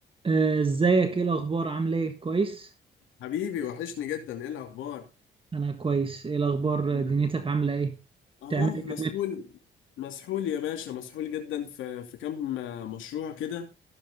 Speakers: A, on the right; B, on the left.
A: آه، ازيك ايه الاخبار عامله ايه كويس
B: حبيبي وحشني جدا ايه الاخبار
A: انا كويس ايه الاخبار
B: انا
A: دنيتك عامله ايه
B: اهو
A: بتعمل ايه
B: مسحول
A: اليومين
B: مسحول يا باشا مسحول جدا في في كام مشروع كده